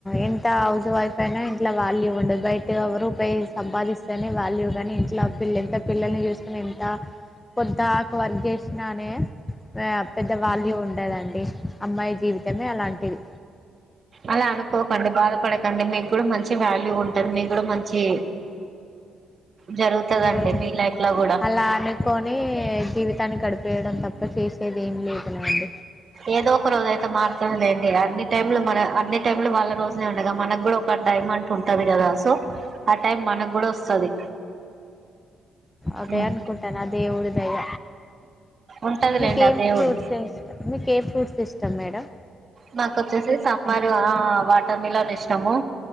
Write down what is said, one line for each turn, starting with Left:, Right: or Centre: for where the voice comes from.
Left: ఎంత హౌస్ వైఫ్ అయినా ఇంట్లో వాల్యూ ఉండదు బయట రూపాయి సంపాదిస్తనే వాల్యూ గాని ఇంట్లో పిల్ల ఎంత పిల్లల్ని చూసు ఎంత పొద్దాకు వర్క్ చేసినానే ఆ పెద్ద వాల్యూ ఉండదండి. అమ్మాయి జీవితమే అలాంటి టిది
Right: అలా అనుకోకండి బాధపడకండి మీకు కూడా మంచి వాల్యూ ఉంటది మీకు కూడా మంచి జరుగుతదండి
Left: రోజు
Right: మీ లైఫ్ లో కూడా
Left: అలా అనుకొని జీవితాన్ని గడిపేయడం తప్ ఇంకా చేసేది ఏమి లేదులే అండి
Right: ఏదో ఒక రోజు అయితే మారుతదిలేండి. అన్ని టైంలు మన అన్ని టైంలు వాళ్ళ రోజులే ఉండగా మనకు కూడా ఒక టైం అంటూ ఉంటది కదా. సో ఆ టైం మనకు కూడా వస్తది
Left: అదే
Right: ఉమ్
Left: అనుకుంటాన ఆ దేవుడి దయ
Right: ఉంటదిలేండి
Left: మీకేం
Right: ఆ దేవుడు
Left: ఫ్రూట్స్ ఏ ఇస్తా మీక్ ఏం ఫ్రూట్స్ ఇస్ త మేడా
Right: మాక్ వచ్చేసి సమ్మర్ ఆ వాటర్ మిలన్ ఇష్టము